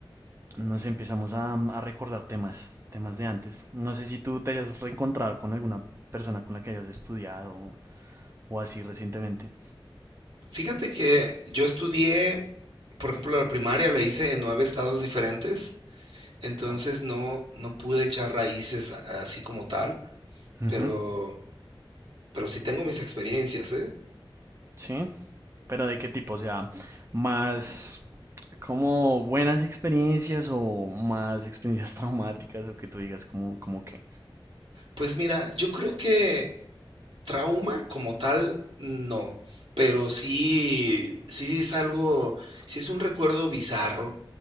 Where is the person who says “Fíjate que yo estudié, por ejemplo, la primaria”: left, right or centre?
Right